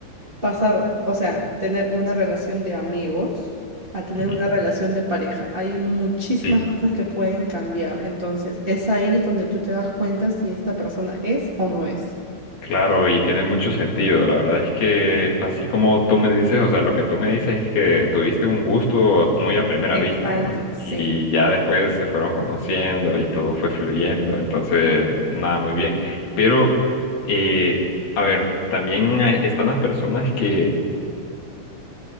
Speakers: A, on the right; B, on the left.
A: pasar, o sea, tener una relación de amigos a tener
B: Ujú.
A: una relación de pareja. Hay muchísimas
B: Sí.
A: cosas que pueden cambiar. Entonces, es ahí donde tú te das cuenta si esta persona es o no es.
B: Claro, y tiene mucho sentido. La verdad es que así como tú me dices, o sea, lo que tú me dices es que tuviste un gusto muy a primera
A: Exacto,
B: vista, ¿no?
A: sí.
B: Y ya después se fueron conociendo y todo fue fluyendo, entonces nada, muy bien. Pero, eh, a ver, también hay- están las personas que,